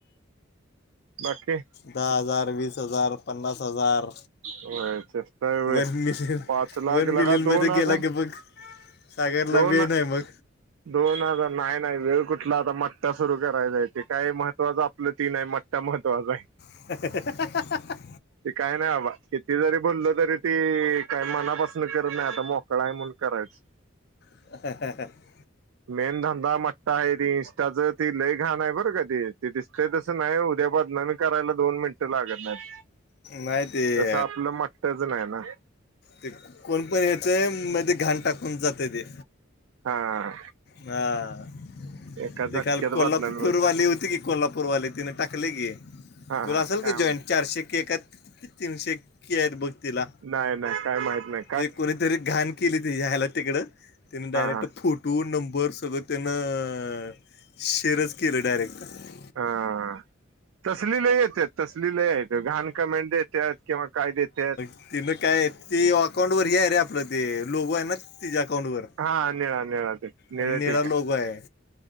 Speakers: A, on the right (about 85°); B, on the left (about 55°).
A: बाकी
B: दहा हजार वीस हजार पन्नास हजार
A: होय, चेष्टा आहे होय
B: वन मिशन
A: पाच लाख
B: वन
A: लगा
B: मिलियन
A: दोन
B: मध्ये
A: हजार
B: गेला की बघ सागरला
A: दोन
B: वेन आहे मग
A: दोन हजार नाय नाही वेळ कुठला आता मट्टा सुरु करायचाय ते काय महत्वाचं आपलं ती नाय मट्टा महत्त्वाचा आहे.
B: <unintelligible>
A: ते काय नाय बाबा किती जरी बोलल तरी ती काय मनापासून करत नाय आता मो ट्राय म्हणून करायचं
B: <unintelligible>
A: मेन धंदा मट्टा आहे ती इंस्टाच ती लय घान आहे बरं का ते ते दिसतय तसं नाय उदया बदनामी करायला दोन मिनटं लागत नाहीत
B: नाही ते
A: तस आपलं मट्टाच नाही ना.
B: ते कोण पण येतय मध्ये घाण टाकून जाते ते
A: हा
B: हा.
A: एका झटक्यात
B: ते काल कोल्हापूरवाली
A: बदनामी होऊ शकते
B: होती की कोल्हापूरवाले तिन टाकले की
A: हा
B: तुला
A: हा
B: असल
A: काय
B: का जॉईंट
A: मग
B: चारशे के काय तीनशे के आहेत बघ तिला
A: नाही नाही काय माहित नाय.
B: ते कोणीतरी घाण केली तिज्या आयला तिकडं तिनं डायरेक्ट
A: हा हा
B: फुट टू नंबर सगळं त्यानं अ शेअरच केलं डायरेक्ट
A: हा. तसली लय येत्यात तसली लय हाईत घाण कमेंट देत्यात किंवा काय देत्यात.
B: तिन काय ती अकाउंट वर हे हाय रे आपलं ते लोगो आहे ना तिज्या अकाउंटवर
A: हा निळा निळा ते निळं
B: आणि निळा
A: ठीक
B: लोगो
A: आहे
B: हाय